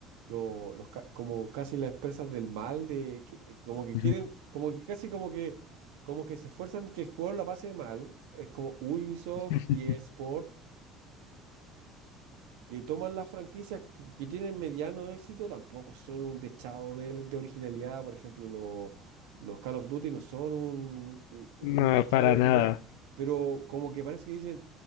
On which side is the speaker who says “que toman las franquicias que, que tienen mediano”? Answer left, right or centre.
Right